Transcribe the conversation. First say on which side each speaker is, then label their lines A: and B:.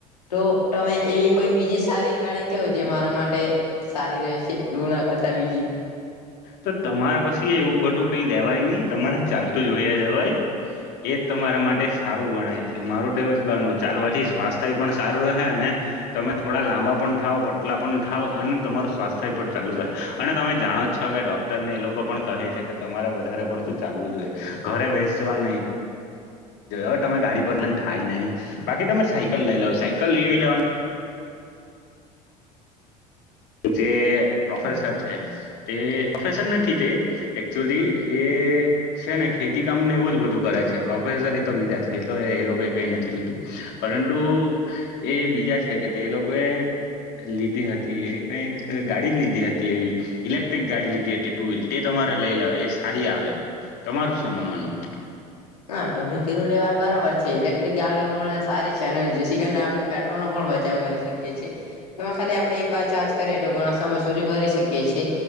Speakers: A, on the left (about 75°); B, on the left (about 55°).
A: તો તમે એવી કોઈ બીજી સારી ગાડી કેવો જે મારા માટે સારી રહેશે લુના કરતા બીજી
B: તો તમારા પછી એવું બધું કઈ લેવાય નહી તમારે ચાલતું જ વાયા જવાય એ તમારા માટે સારું ગણાય છે મારું તો એવુ ચાલવાથી સ્વાસ્થ્ય પણ સારું રહે અને તમે થોડા લાંબા પણ થાવ પતલા પણ થાવ અને તમારું સ્વાસ્થ્ય પણ ચાલુ રહે અને તમે જાણો જ છો કે ડોક્ટરને એ લોકો પણ કહે છે કે તમારે વધારે પડતું ચાલવું જોઈએ ઘરે બેસવા નહીં જો હવે તમે ગાડી પર ને થાય નહી બાકી તમે સાયકલ લઈ લાવ સાયકલ એવી લેવાની જે પ્રોફેસર છે તે પ્રોફેસર નથી તે એકક્ચુઅલી એ છે ને ખેતી કામ ને એવું જ બધું કરે છે પ્રોફેસર એ તો બીજા છે તો એ લોકોએ કઈ નથી લીધું પરંતુ એ બીજા છે કે તે લોકોએ લીધી હતી એ કઈ એક ગાડી લીધી હતી એવી ઇલેક્ટ્રિક ગાડી લીધી હતી હતી ટુ વ્હીલર તે ત‌મારે લઈ લાવે એ સારી આવે તમારું શું એમાં માનવું
A: હા તમે કીરડ એ વાર બરાબર છે ઇલેક્ટ્રિક ગાડીઓ સારી છે અને જેથી કરી ને આપડણે પેટ્રોલ નો પણ બચાવ કરીશ શકી તેમાં ખાલી આપણેે એક વાર ચાર્જ કરીએ તો ઘણા સમય સુધી ભરી શકીએ છીએ